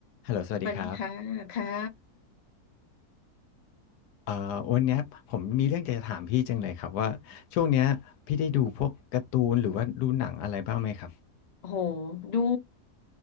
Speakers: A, on the left; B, on the left.
A: ฮัลโหลสวัสดีครับ
B: สวัสดีค่ะค่ะ
A: เอ่อวันเนี้ยผมมีเรื่องอยากจะถามพี่จังเลยครับว่า ช่วงเนี้ยพี่ได้ดูพวกการ์ตูนหรือว่าดูหนังอะไรบ้างไหมครับ
B: โอ้โหดู